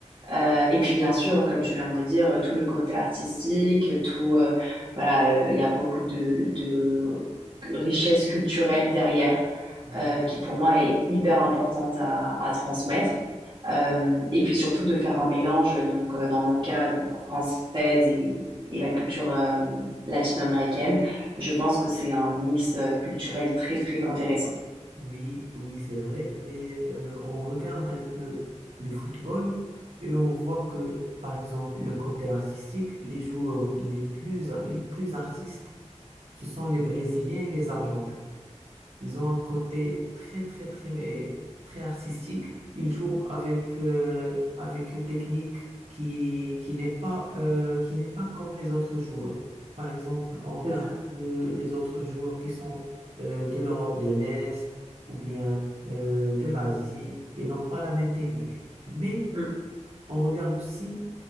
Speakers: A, on the right; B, on the right.
A: Euh, et puis bien sûr, comme tu viens de le dire, euh, tout le côté artistique, tout, euh, voilà, euh, il y a beaucoup de, de richesse culturelle derrière.
B: Oui.
A: euh, qui pour moi est hyper importante à, à transmettre. Euh, et puis surtout de faire un mélange, donc euh, dans mon cas, donc française et, et la culture euh, latino-américaine. Je pense que c'est un mix euh, culturel très très intéressant.
B: Oui, oui, c'est vrai, mais euh, on regarde un peu le football et on voit que, par exemple, le côté artistique, les joueurs les plus, les plus artistes, ce sont les Brésiliens et les Argentins. Ils ont un côté très, très, très, très artistique. Ils jouent avec, euh, avec une technique qui, qui n'est pas, euh, qui n'est pas comme les autres joueurs. Par exemple, on regarde
A: C'est ça.
B: euh, les autres joueurs qui sont euh, de l'Europe de l'Est ou bien euh, de l'Asie. Ils n'ont pas la même technique. Mais
A: Mm,
B: on regarde aussi